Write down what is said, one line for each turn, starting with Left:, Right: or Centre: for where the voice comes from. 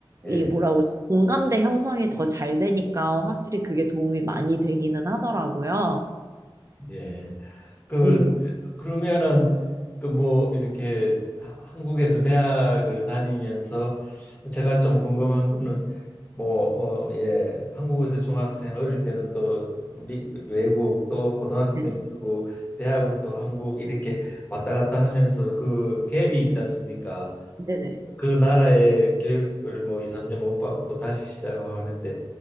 Left: 예,
Right: 이 뭐라고, 그러지? 공감대 형성이 더 잘 되니까 확실히 그게 도움이 많이 되기는 하더라고요.
Left: 예. 그
Right: 오,
Left: 그러면은 그 뭐 이렇게 하- 한국에서 대학을 다니면서 제가 좀 궁금한 거는 뭐 어 예 한국에서 중학생 어릴 때는 또 미, 외국 또 고등학교
Right: 네네.
Left: 때는 미국 대학은 또 한국 이렇게 왔다 갔다 하면서 그 갭이 있지 않습니까?
Right: 네네.
Left: 그 나라의 교육을 뭐 2, 3년 못 받고 또 다시 시작하고 하는데